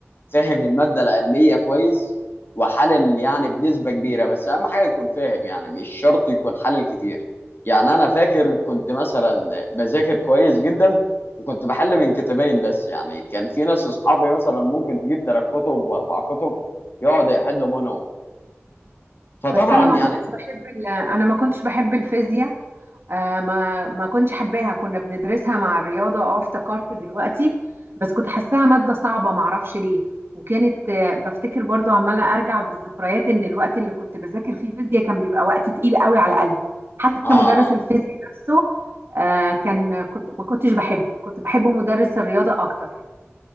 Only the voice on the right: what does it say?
بس انا ما
كنتش بحب ال- انا ما كنتش بحب الفيزياء آه ما ما كنتش حباها كنا بندرسها مع الرياضة اه افتكرت دلوقتي بس كنت حاساها مادة صعبة معرفش ليه وكانت آه بفتكر برضو عمالة ارجع بالذكريات ان الوقت اللي كنت بذاكر فيه فيزياء كان بيبقى وقت تقيل قوي على قلبي حتى
مدرس الفيزياء نفسه آه كان كنت ما كنتش بحبه كنت بحب مدرس الرياضة اكتر